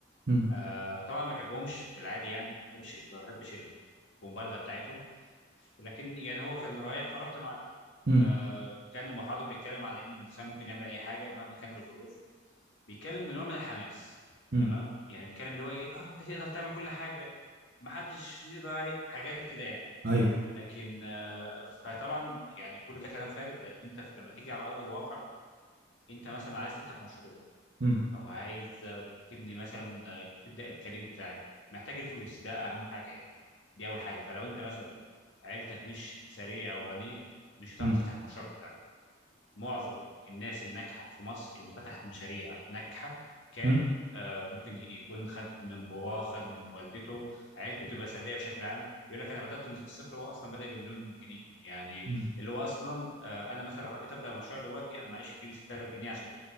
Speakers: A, on the right; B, on the left.
A: مم،
B: آه طبعا ما بحبهمش في العادي يعني ما بحبش ما بحبش المبالغه بتاعتهم لكن يعني هو كان رايح فرحت معاه
A: مم،
B: آه كان المحاضر بيتكلم عن ان الانسان ممكن يعمل اي حاجه مهما كانت الظروف بيتكلم بنوع من الحماس
A: مم،
B: تمام يعني بيتكلم اللي هو ايه آه انت تقدر تعمل كل حاجه ما حدش يقدر عليك حاجات كده يعني
A: أيوه
B: لكن آه فطبعا يعني كل ده كلام فارغ لان انت في- لما تيجي على ارض الواقع انت مثلا عايز تفتح مشروع
A: مم،
B: او عايز آه، تبني مثلا آه، تبدا الكارير بتاعك محتاج الفلوس ده اهم حاجه يعني. دي اول حاجه فلو انت مثلا عيلتك مش ثريه او غنيه مش هتعرف
A: مم،
B: تفتح المشروع بتاعك معظم الناس الناجحه في مصر اللي فتحت مشاريع ناجحه كان
A: مم،
B: آه ممكن ي- يكون خد من باباه خد من والدته عيلته بتبقى ثريه بشكل عام يقول لك انا بدات من الصفر هو اصلا بدا بمليون جنيه يعني
A: مم،
B: اللي هو اصلا آه انا مثلا لو حبيت ابدا مشروع دلوقتي انا معيش في جيبي 6000 جنيه عشان